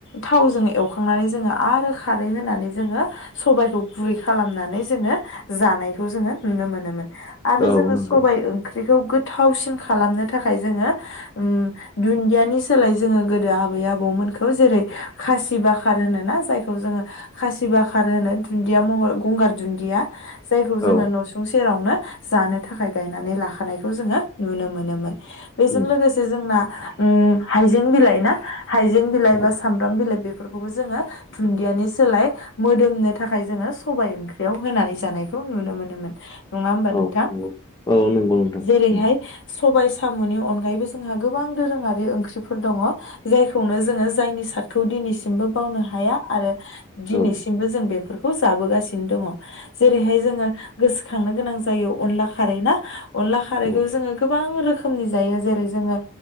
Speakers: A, on the left (about 60°); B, on the left (about 20°).
A: थावजों एवखांनानै जोङो आरो खारै होनानै जोङो सबायखौ गुरै खालामनानै जोङो जानायखौ जोङो नुनो मोनोमोन। आरो
B: औ
A: जोङो
B: नंगौ
A: सबाय ओंख्रिखौ गोथावसिन खालामनो थाखाय जोङो उम दुन्दियानि सोलाय जोङो गोदो आबै आबौमोनखौ जेरै खासि बाखार होनोना जायखौ जोङो खासि बाखार होनो दुन्दिया महर गंगार दुन्दिया जायखौ जोङो
B: औ
A: न'सुंस सेरावनो जानो थाखाय गायनानै लाखानायखौ जोंङो नुनो मोनोमोन। बेजों
B: उम
A: लोगोसे जोंना उम हाइजें बिलाइ ना? हाइजें बिलाइ
B: औ
A: बा सामब्राम बिलाइ बे फोरखौबौ जोंङो दुनदियानि सोलाय मोदोमनो थाखाय जोंङो सबबाय ओंख्रियाव होनानै जानाय खौ नुनो मोनो मोन, नंङा होमबा नोंथांङ
B: औ नंगौ औ नंगौ नोंथां
A: जेरै
B: उम
A: हाय सबाय साम'नि अनगायैबो जोंहा गोबां दोरोंङारि ओंख्रिफोर दंङ जायखौनो जोंङो जायनि सार्टखौ दिनैसिमबो बावनो हाया आरो दिनै
B: औ
A: सिमबो जों बे फोरफोरखौ जाबोगासिनो दंङ, जेरैहाय जोंङो गोसो थांनो गोनां जायो अनला खारै ना अनला खारैखौ
B: औ
A: जोंङो गोबां रोख खोमनि जायो जेरै जोंङो